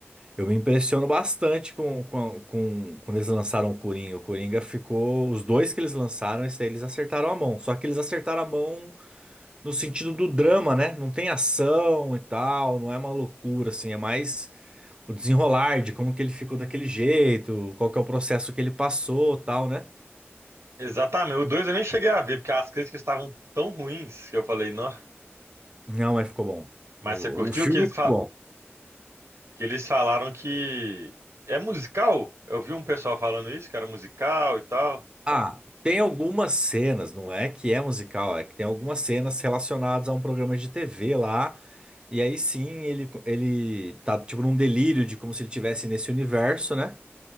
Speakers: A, on the right; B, on the right.
A: eu me impressiono bastante com, com, com- quando eles lançaram o Coringa. O Coringa ficou. Os dois que eles lançaram, esse daí eles acertaram a mão. Só que eles acertaram a mão no sentido do drama, né? Não tem ação e tal, não é uma loucura, assim. É mais o desenrolar de como que ele ficou daquele jeito, qual que é o processo que ele passou, e tal, né?
B: Exatamente. O 2 eu nem cheguei a ver, porque as críticas estavam tão ruins que eu falei, não.
A: Não, mas ficou bom.
B: Mas
A: O,
B: você curtiu
A: o filme
B: que eles,
A: ficou
B: fa-
A: bom.
B: que eles falaram que é musical? Eu vi um pessoal falando isso, que era musical e tal.
A: Ah, tem algumas cenas, não é que é musical, é que tem algumas cenas relacionadas a um programa de TV lá, e aí sim ele, ele tá tipo num delírio de como se ele estivesse nesse universo, né?